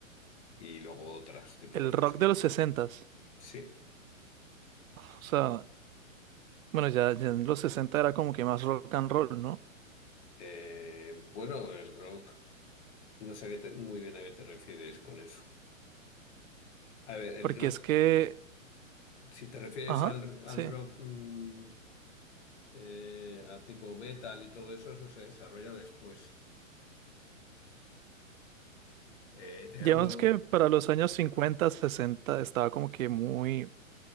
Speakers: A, on the left (about 55°); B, on the right (about 80°).
A: y luego otros tipos
B: el
A: de música.
B: rock de los sesentas.
A: Sí.
B: O sea, bueno, ya, ya en los 60 era como que más rock and roll, ¿no?
A: Eh, bueno, el rock, no sé a qué te- muy bien a qué te refieres con eso. A ver, el
B: Porque
A: rock,
B: es que,
A: eh, si te refieres
B: ajá,
A: al, al
B: sí.
A: rock mm, eh, a tipo metal y todo eso, eso se desarrolla después. Eh, te
B: Digamos
A: hablo,
B: que para los años cincuenta sesenta estaba como que muy,